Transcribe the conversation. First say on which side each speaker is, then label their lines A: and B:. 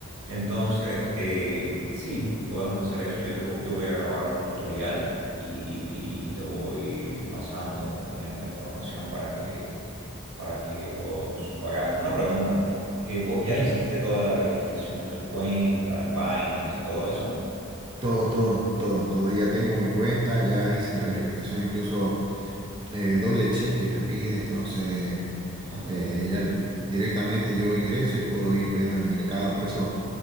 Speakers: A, on the right (about 75°); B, on the right (about 25°).
A: Entonces, eh, sí, podemos hacer eso. Yo, te, vo- yo voy a grabar un tutorial y, y- y- y te voy pasando eh, la, la información para que, para que vos lo hagas. Una pregunta, eh, ¿vos ya
B: Ujú.
A: hiciste toda la verificación de tu cuenta en Binance y todo eso?
B: Todo, todo, todo, todo. Ya tengo mi cuenta, ya hice la verificación, incluso eh, doble check que te pide, entonces
A: Ok,
B: eh, ya l- directamente yo ingreso y puedo ir viendo el mercado. Por eso